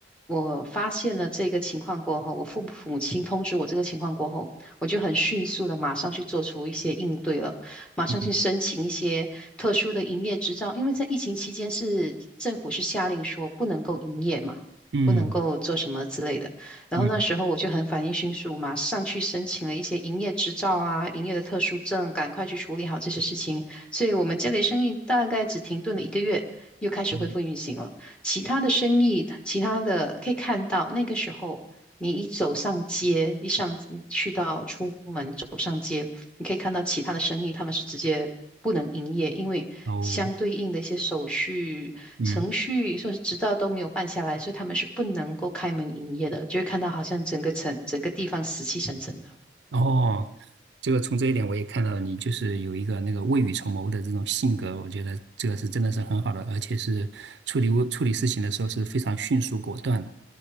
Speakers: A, in the centre; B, on the right.
A: 我发现了这个情况过后，我父母亲通知我这个情况过后，我就很迅速的马上去做出一些应对了，马上去申请一些特殊的营业执照，
B: 嗯
A: 因为在疫情期间是政府是下令说不能够营业嘛，
B: 嗯
A: 不能够做什么之类的。然后那时候我就很反应迅速，
B: 嗯
A: 马上去申请了一些营业执照啊、营业的特殊证，赶快去处理好这些事情。所以我们家里生意大概只停顿了一个月，又开始恢复运行了。
B: 嗯
A: 其他的生意，其他的可以看到，那个时候你一走上街，一上你去到出门走上街，你可以看到其他的生意，他们是直接不能营业，因为相对应的一些手续程序，
B: 哦嗯。
A: 说是执照都没有办下来，所以他们是不能够开门营业的，就会看到好像整个城整个地方死气沉沉的。
B: 哦，这个从这一点我也看到你就是有一个那个未雨绸缪的这种性格，我觉得这个是真的是很好的，而且是处理问处理事情的时候是非常迅速果断的，